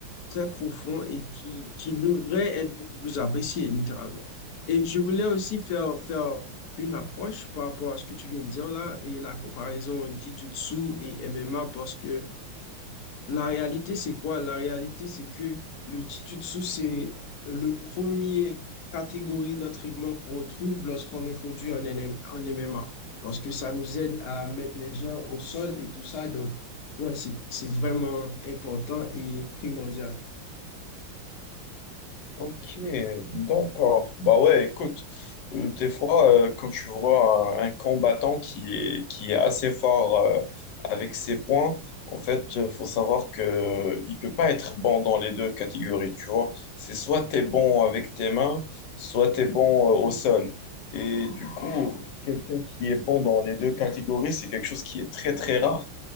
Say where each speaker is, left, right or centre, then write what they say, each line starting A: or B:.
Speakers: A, on the left; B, on the left.
A: très profonds et qui, qui devraient être beaucoup plus appréciés, littéralement. Et je voulais aussi faire, faire une approche par rapport à ce que tu viens de dire là et la comparaison Jiu-Jitsu et MMA parce que la réalité, c'est quoi? La réalité, c'est que le Jiu-Jitsu, c'est le premier catégorie d'entraînement qu'on retrouve lorsqu'on introduit un NM un MMA parce que ça nous aide à mettre les gens au sol et tout ça. Donc, ouais, c'est c'est vraiment important et primordial.
B: Ok, d'accord. Bah ouais, écoute, euh, des fois, euh, quand tu vois un, un combattant qui est, qui est assez fort euh, avec ses points, en fait, euh, faut savoir que euh, il peut pas être bon dans les deux catégories, tu vois. C'est soit t'es bon avec tes mains, soit t'es bon euh, au sol. Et du coup, quelqu'un qui est bon dans les deux catégories, c'est quelque chose qui est très, très rare.